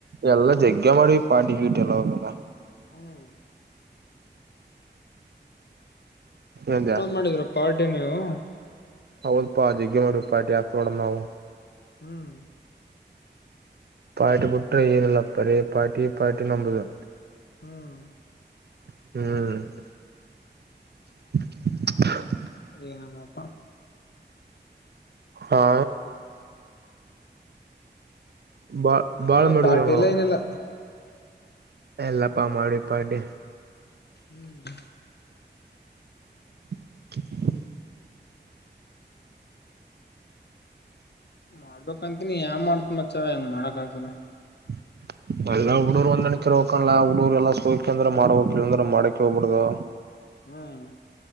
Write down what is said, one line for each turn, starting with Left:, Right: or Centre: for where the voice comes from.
Right: ಎಲ್ಲ ಜಗ್ಗ ಮಾಡಿ ಪಾಟಿ ಪೀಟಿ ಎಲ್ಲ ಹೋಗಲ್ಲ
Left: ಹ್ಮ್
Right: ಏಂದ್ಯಾ
Left: ಅಷ್ಟೊಂದ್ ಮಾಡಿದ್ರರು ಪಾರ್ಟಿ ನೀವು
Right: ಹೌದಪ್ಪಾ ಜಗ್ಗೆ ಮಾಡಿ ಪಾಟಿಾಸ್ೋಡಣ ನಾವು
Left: ಹ್ಮ್
Right: ಪಾಟಿಬುಟ್ಟ್ರ ಏನಿಲ್ಲಪ್ಪ ರೇ ಪಾಟಿ ಪಾಟಿ ನಂಬದು
Left: ಹ್ಮ್
Right: ಹ್ಮ್ <inaudible>
Left: ನುಲ್ಲಪ್ಪ
Right: ಹಾ ಬಾಳ್
Left: ನಾವೇ
Right: ಬಾಳ್ ಮಾಡಿದ್್ರ
Left: ಪಾರ್ಟಿ
Right: ನಾವು
Left: ಎಲ್ಲ ಏನಿಲ್ಲ
Right: ಎಲ್ಲಪ್ಪ ಮಾಡಿ ಪಡಿ
Left: ಹ್ಮ್
Right: <inaudible>
Left: ಮಾಡ್ಬಂತ ನೀ ಯಾನ್ ಮಾಡತ್ ಮಚ ಏನ್ ಮಾಡಕ್ ಆಲ್ಲ
Right: <inaudible> ಎಲ್ಲಾ ಹುಡುೂರು ಒಂದಣಕಿ ಹಕಲ್ಲ ಹುಡಗರುಲ್ಲ ಸೋಕ ಅ್ರ ಮಾಡ ಹಕಿಲ್ಲ ಅಂದ್ರೆ ಮಾಡಕ ಹೋಗ್ಬಿಡ್ದು
Left: ಹ್ಮ್